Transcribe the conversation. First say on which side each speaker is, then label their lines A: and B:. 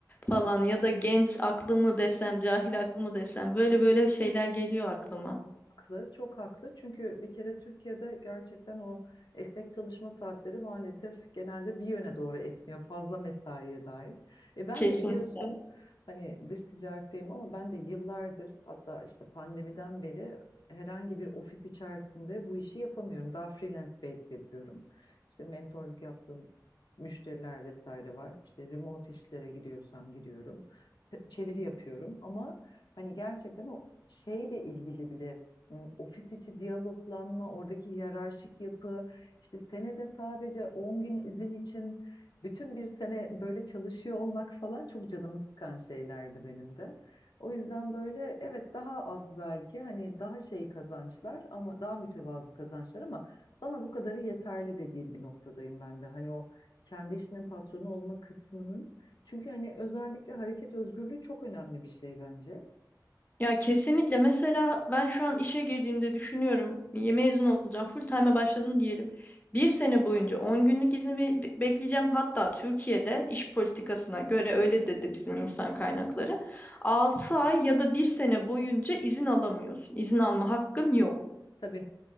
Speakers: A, on the left; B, on the left.
A: falan ya da genç aklımı desem, cahil aklımı desem böyle böyle şeyler geliyor aklıma.
B: Haklı, çok haklı. Çünkü bir kere Türkiye'de gerçekten o esnek çalışma saatleri maalesef genelde bir yöne doğru esniyor, fazla mesaiye dair. E ben
A: Kesinlikle.
B: de biliyorsun hani dış ticaretteyim ama ben de yıllardır hatta işte pandemiden beri herhangi bir ofis içerisinde bu işi yapamıyorum. Daha freelance based yapıyorum. İşte mentorluk yaptığım müşteriler vesaire var. İşte remote işlere gidiyorsam giriyorum. Çeviri yapıyorum ama hani gerçekten o şeyle ilgili bile m, ofis içi diyaloglanma, oradaki hiyerarşik yapı, işte senede sadece 10 gün izin için bütün bir sene böyle çalışıyor olmak falan çok canımı sıkan şeylerdi benim de. O yüzden böyle evet daha az belki hani daha şey kazançlar ama daha mütevazı kazançlar ama bana bu kadarı yeterli dediğim bir noktadayım ben de. Hani o kendi işinin patronu olma kısmının çünkü hani özellikle hareket özgürlüğü çok önemli bir şey bence.
A: Ya kesinlikle. Mesela ben şu an işe girdiğimde düşünüyorum, ya mezun olacağım, full time'a başladım diyelim. Bir sene boyunca 10 günlük izni be- be- bekleyeceğim. Hatta Türkiye'de iş politikasına göre öyle dedi bizim insan kaynakları. 6 ay ya da bir sene boyunca izin alamıyorsun. İzin alma hakkın yok.
B: Tabii.